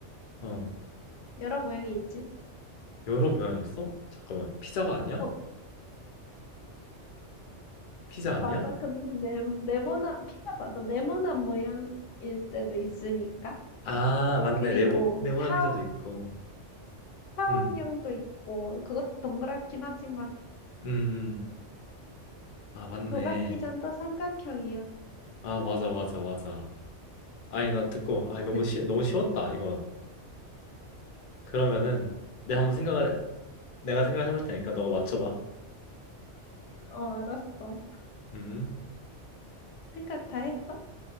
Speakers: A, on the left; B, on the left.
A: 어,
B: 여러 모양이 있지.
A: 여러 모양이 있어? 잠깐만, 피자가 아니야?
B: 어,
A: 피자 아니야?
B: 맞아. 근데 네, 네모난 피자 맞아. 네모난 모양일 때도 있으니까.
A: 아, 맞네.
B: 그리고
A: 네모, 네모난
B: 타
A: 피자도 있고.
B: 타원형도
A: 음,
B: 있고 그것도 동그랗긴 하지만
A: 음, 음. 아, 맞네.
B: 조각 피자는 또 삼각형이야.
A: 아, 맞아, 맞아, 맞아. 아니, 나 듣고, 아,
B: <laughs>
A: 너무 쉬, 너무 쉬웠다, 이건. 그러면은, 내가 한번 생각을, 내가 생각해 볼 테니까 너가 맞춰봐.
B: 어, 알았어.
A: 음,
B: 생각 다 했어?